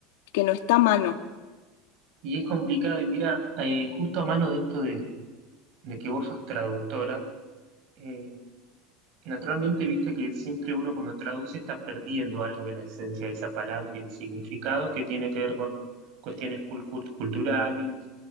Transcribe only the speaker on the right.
y es complicado, y mira, eh, justo a mano de esto de, de que vos sos traductora, eh, Naturalmente, viste que siempre uno cuando traduce está perdiendo algo de la esencia de esa palabra y el significado que tiene que ver con cuestiones cul- cul- culturales,